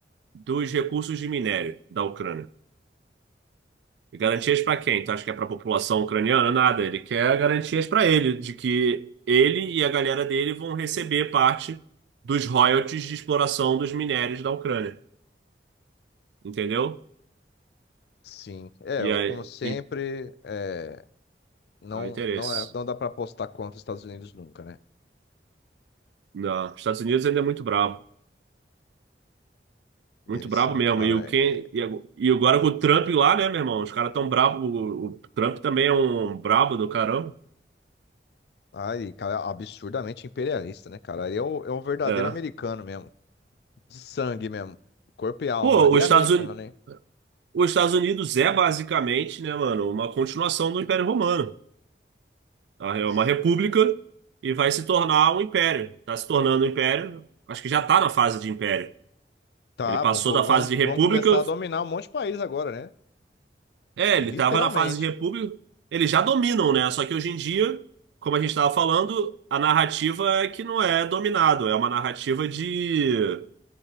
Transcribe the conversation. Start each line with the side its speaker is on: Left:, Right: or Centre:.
Right: dos recursos de minério da Ucrânia. E garantias para quem? Tu acha que é para a população ucraniana? Nada, ele quer garantias para ele, de que ele e a galera dele vão receber parte dos royalties de exploração dos minérios da Ucrânia. Entendeu?
Left: Sim, é,
Right: E
Left: eu,
Right: aí,
Left: como sempre,
Right: então,
Left: é, não,
Right: interesse.
Left: não, é, não dá pra apostar contra os Estados Unidos nunca, né?
Right: Não, Estados Unidos ainda é muito bravo
Left: Eles
Right: Muito bravo
Left: são,
Right: mesmo.
Left: cara,
Right: E, o quem,
Left: é,
Right: e ago- e agora com o Trump lá, né, meu irmão? Os caras tão brabo. O, o Trump também é um brabo do caramba.
Left: ai, cara, absurdamente imperialista, né, cara? Ele é o, é o verdadeiro
Right: É.
Left: americano mesmo, de sangue mesmo, corpo e alma,
Right: Pô,
Left: ali
Right: os
Left: é americano,
Right: Estados, Uni-
Left: hein?
Right: os Estados Unidos é basicamente, né, mano, uma continuação do Império Romano. tá? É
Left: São,
Right: uma república
Left: cara.
Right: e vai se tornar um império. Tá se tornando um império. Acho que já tá na fase de império.
Left: Tá,
Right: Ele passou
Left: vão, go-
Right: da fase
Left: vão,
Right: de república,
Left: vão começar a dominar um monte de país agora, né?
Right: É,
Left: Literalmente.
Right: ele estava na fase de república. Eles já dominam, né? Só que hoje em dia, como a gente estava falando, a narrativa é que não é dominado, é uma narrativa de,